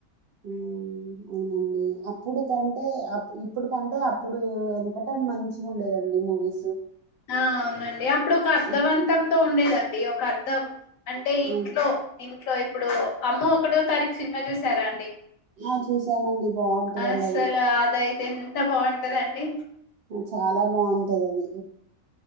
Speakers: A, on the right; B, on the left.
A: హ్మ్. అవునండి అప్పుడు కంటే అప్ ఇప్పుడుకంటే అప్పుడు వెనకట మంచి గుండేదండి మూవీసు
B: ఆ అవునండి అప్పుడు ఒక అర్ధవంతంతో
A: ఇప్
B: ఉండేదండి ఒక అర్ధం అంటే
A: అవును.
B: ఇంట్లో ఇంట్లో ఇప్పుడు అమ్మో ఒకటో తారీఖు సినిమా చూస్ సారాఅండి
A: ఆ! చూసానండి. బావుంటదండది.
B: అసల అదయి ఎంత బాంటదండి
A: ఆ చాలా బాంటదది